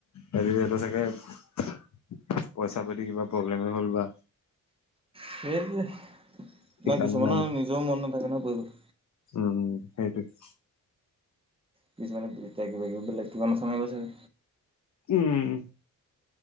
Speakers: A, on the left; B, on the right.
A: হেৰি ইহঁতৰ চাগে পইচা পাতি কিবা প্ৰব্লেমে হ'ল বা।
B: সেই য়ে
A: সেইকাৰণো
B: না কিছুমানৰ
A: নাই
B: নিজৰও মন নাথাকে নহয় কৰিবলে।
A: উম উম সেইটোৱে।
B: পিছ মানে কিবিব বেলেগ কিবা নামাইব চাগে।
A: উম